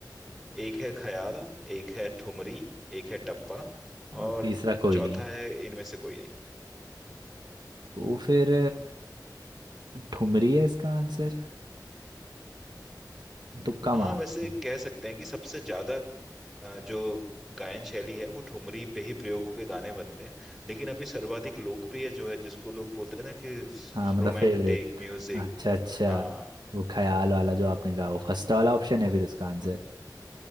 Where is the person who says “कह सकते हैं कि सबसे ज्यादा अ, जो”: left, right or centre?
Centre